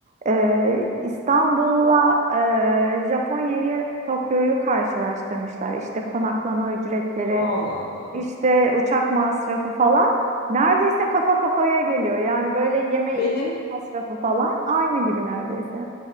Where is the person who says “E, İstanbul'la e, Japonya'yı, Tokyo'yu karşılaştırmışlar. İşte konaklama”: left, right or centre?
Right